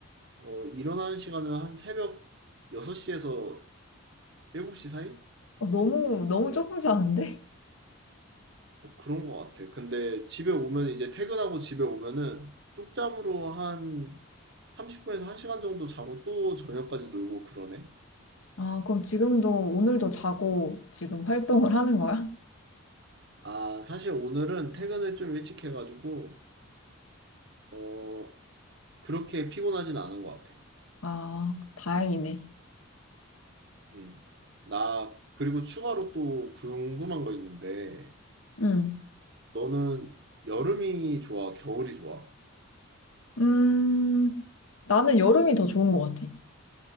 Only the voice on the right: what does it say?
어, 일어나는 시간은 한 새벽 6시에서 7시 사이?
뭐 그런 것 같아. 근데 집에 오면 이제 퇴근하고 집에 오면은 쪽잠으로 한 30분에서 1시간 정도 자고 또 저녁까지 놀고 그러네.
아, 사실 오늘은 퇴근을 좀 일찍 해가지고 어, 그렇게 피곤하진 않은 것 같아.
음. 나 그리고 추가로 또 궁금한 거 있는데
너는 여름이 좋아, 겨울이 좋아?